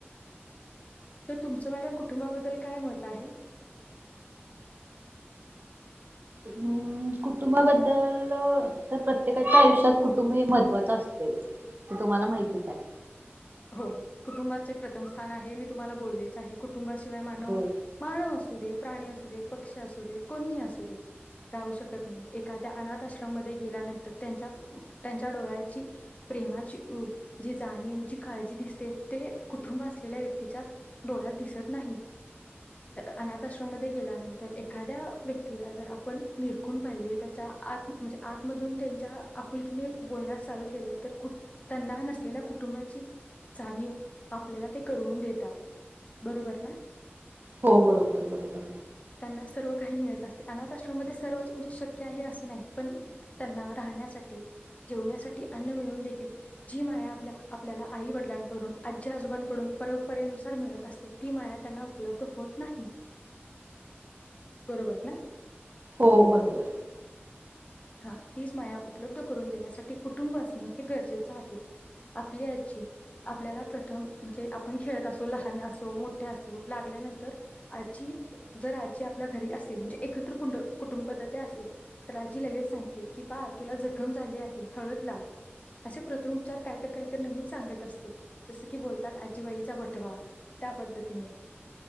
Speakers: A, on the left; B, on the right.
A: तर तुमचं मॅडम कुटुंबाबद्दल काय मत आहे?
B: हं कुटुंबाबद्दल तर प्रत्येकाच्या आयुष्यात कुटुंब हे महत्वाच असतंय. हे तुम्हाला माहीतच आहे.
A: हो कुटुंबाचे प्रथम स्थान आहे, मी तुम्हाला बोललेच आहे. कु कुटुंबाशिवाय मानव,
B: होय
A: मानव असू दे प्राणी असु देत, पक्षी असु देत, कोणीही असु दे राहू शकत नाही. एखाद्या अनाथ आश्रममध्ये गेल्यानंतर त्यांच्या त्यांच्या डोळ्यांची प्रेमाची प्रेमाची ऊब जी, जाणीव जी काळजी दिसते जे कुटुंब असलेले व्यक्तीच्या डोळ्यात दिसत नाही. अनाथ आश्रमामध्ये गेल्यानंतर एखाद्या व्यक्तीला जर आपण निरखून पाहिले तर, त्याच्या आत मधून त्यांच्या आपुलकीने बोलण्यास चालू केले तर त्यांना नसलेल्या कुटुंबाची जाणीव आपल्याला ते करवून देतात बरोबर ना?
B: हो बरोबर बरोबर
A: त्यांना सर्व काही मिळत अस अनाथ आश्रममध्ये सर्वच म्हणजे शक्य आहे असं नाही पण त्यांना राहण्यासाठी जेवण्यासाठी अन्न मिळून देखील जी माया आपल्या आपल्याला आई वडिलांकडून, आजी आजोबांकडून परंपरेनुसार मिळत असते ती माया त्यांना उपलब्ध होत नाही. बरोबर ना?
B: हो, बरोबर.
A: हा तीच माया उपलब्ध करून देण्यासाठी कुटुंब असणे हे गरजेचं आहे आपली आजी आपल्याला प्रथम म्हणजे आपण खेळत असो लहान असो मोठ्या असो लागल्यानंतर आजी जर आजी आपल्या घरी असेल म्हणजे एकत्र कुं कुटुंब पद्धती असेल तर जी लगेच सांगते, की बा तुला जखम झाली आहे हळद लाव. असे प्रथम उपचार काही तर काही तर नवीन सांगत असते. जसं की बोलतात आजीबाईचा बटवा त्या पद्धतीने.